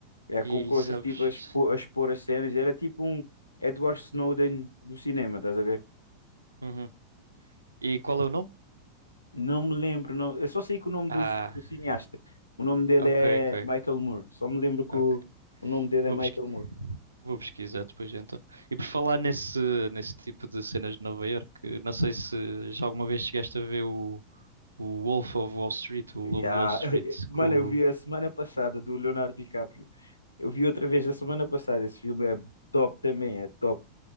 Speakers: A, on the left; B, on the right.
A: É com
B: E
A: coisas
B: sabes?
A: tipo a expo- a expor, as cenas. Era tipo um Edward Snowden do cinema, estás a ver?
B: Uhum. E qual é o nome?
A: Não me lembro, não. Eu só sei que o nome
B: Ah,
A: do, ci- do cineasta, o nome dele
B: ok,
A: é
B: ok,
A: Michael Moore. Só me lembro que
B: ok.
A: o, o nome dele
B: Vou
A: é Michael
B: pesqui-
A: Moore.
B: vou pesquisar depois então. E por falar nesse, nesse tipo de cenas de Nova Iorque, não sei se já alguma vez chegaste a ver o, o Wolf of Wall Street, o Lobo
A: Yeah.
B: de Wall Street,
A: <laughs> Mano,
B: que o-
A: eu vi a semana passada do Leonardo DiCaprio. Eu vi outra vez a semana passada. Esse filme é top também, é top.